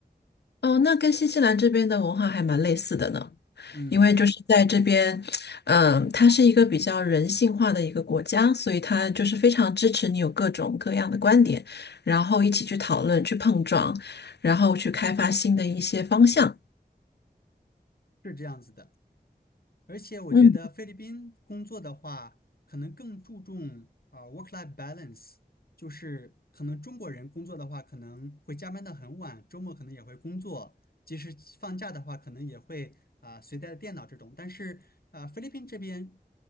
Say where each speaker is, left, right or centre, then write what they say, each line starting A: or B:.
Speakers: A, on the left; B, on the left.
A: 哦，那跟新西兰这边的文化还蛮类似的呢，
B: 嗯，
A: 因为就是在这边，嗯，它是一个比较人性化的一个国家，所以它就是非常支持你有各种各样的观点，然后一起去讨论、去碰撞，然后去开发新的一些方向。
B: 是这样子的。而且我觉得菲律宾工作的话，
A: 嗯。
B: 可能更注重啊、呃 work-life balance，就是可能中国人工作的话，可能会加班到很晚，周末可能也会工作，即使放假的话，可能也会啊、随带电脑这种。但是啊、菲律宾这边